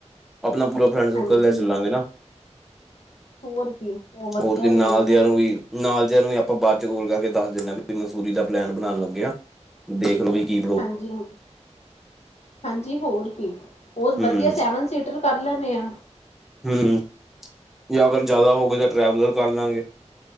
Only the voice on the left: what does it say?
ਹਾਂਜੀ।
ਹੋਰ ਕੀ ਉਹ ਵਧੀਆ
ਰਹੇਗਾ
ਨਾ
ਹਾਂਜੀ ਹਾ, ਹਾਂਜੀ ਹੋਰ ਕੀ। ਬੋਤ
ਵਦੀਆ ਸੈਵਨ ਸੀਟਰ ਕਰ ਲੈਣੇ ਆਂ।